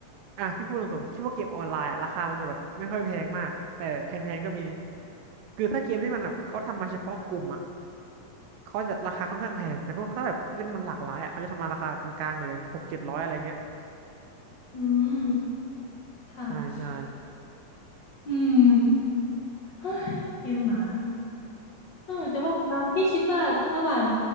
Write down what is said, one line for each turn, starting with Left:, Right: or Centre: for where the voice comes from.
Right: อ่ะพี่พูดตรงๆคิดว่าเกมออนไลน์อะราคามันจะแบบไม่ค่อยแพงมากแต่แพงๆก็มีคือถ้าเกมที่มันแบบเขาทำมาเฉพาะกลุ่มอะ เขาจะราคาค่อนข้างแพงแต่พวกถ้าแบบเล่นมันหลากหลายอ่ะเขาจะทำมาราคากลางๆหน่อยอย่างหกเจ็ดร้อยอะไรเงี้ย
Left: อืมค่ะ
Right: ใช่ใช่
Left: อืมเฮ้ยเกมหมาเออจะว่าไปแล้วพี่คิดว่าระหว่าง